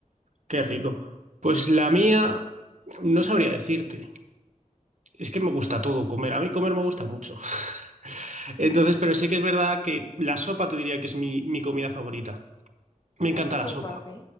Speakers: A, on the right; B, on the left.
A: qué rico. Pues la mía,
B: Y
A: no sabría decirte. Es que me gusta todo comer. A mí comer me gusta mucho. <laughs> Entonces, pero sí que es verdad que la sopa te diría que es mi, mi comida favorita. Me encanta
B: la sopa,
A: la sopa.
B: ¿ok?